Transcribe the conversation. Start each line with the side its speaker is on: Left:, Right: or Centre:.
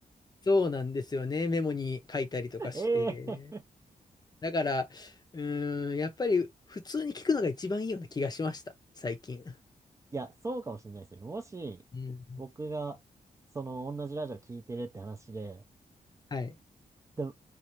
Left: そうなんですよね。メモに書いたりとかして。
Right: <laughs> ええー
Left: だから、うーん、やっぱり普通に聞くのが一番いいような気がしました、最近。
Right: <laughs> いや、そうかもしれないですね。もし、
Left: うん。
Right: 僕が、その、同じラジオ聞いてるって話で、
Left: はい。
Right: で